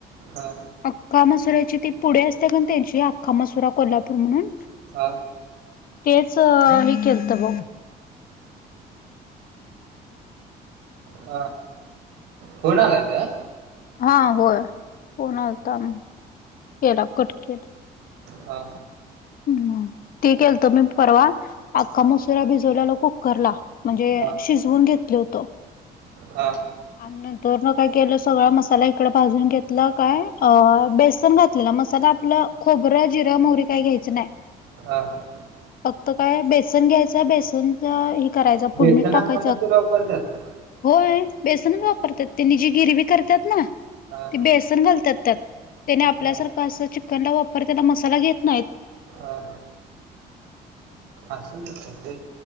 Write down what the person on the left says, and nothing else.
अख्खा मसुरा्याची ती पुढे असते का त्यांची अख्खा मसुरा कोल्हापूर म्हणून
तेच हे केलत बघ
हा होय फोन आलाता ना केला कट केला
ह ते केलत मी परवा अख्खा
मसुरा भिजवल्याला कुक्कर ला म्हणजे
शिजवून घेतलं होतं
आ नंत तर न काय केलं सगळा मसाला इकडं भाजून घेतलं काय अ बेसन घातलेलं मसाला आपलं खोबरं जिरां मोहरी काही घ्यायचं नाही
फक्त काय बेसन घ्यायचं बेसनच हे करायच फोडणीत
टाकायचं
होय बेसनचं वापरतात तिने जी गिरवी करतात ना
ते बेसन घालतात त्यात त्याने आपल्यासारखं
असं चिकनला वापर त्याला मसाला घेत नाहीत